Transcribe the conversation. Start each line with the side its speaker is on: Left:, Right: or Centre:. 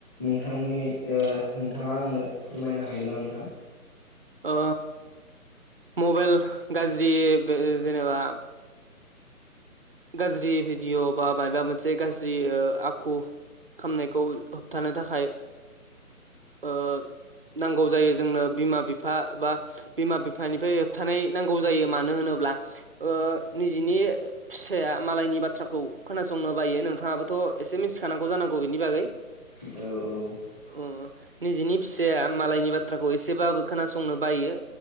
Left: नोंथांनि ओ नोंथाङा आंनो फोरमायनो हागोन ना नोंथां
Right: ओ मबाइल गाज्रि जेनेबा गाज्रि भिडिअ' बा मायबा मोनसे गाज्रि ओ आखु खामनायखौ होबथानो थाखाय ओ नांगौ जायो जोंनो बिमा - बिफा बा बिमा- बिफानिफ्राय होबथानाय नांगौ जायो मानो होनोब्ला ब्ला ओ निजिनि फिसाया मालायनि बाथ्राखौ खोनासंनो बायो नोंथाङाबोथ' एसे मिथिखानांगौ जानांगौ बेनि बागै
Left: औ औ
Right: अ निजेनि फिसाया मालायनि बाथ्राखौ एसेबाबो खोनासंनो बायो